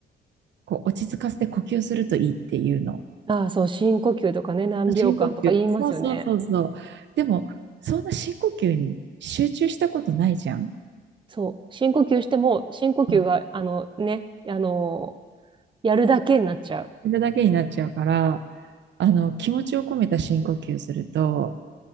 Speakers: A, on the right; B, on the right.
A: こう、落ち着かせて呼吸するといいっていうの。
B: ああ、そう、深呼吸とかね、何秒間とか言いますよね。
A: 深呼吸。そうそうそうそう。でも、そんな深呼吸に集中したことないじゃん。
B: そう、深呼吸しても、深呼吸が、
A: うん
B: あのね、あのやるだけになっちゃう。
A: それだけになっちゃうから、あの、気持ちを込めた深呼吸すると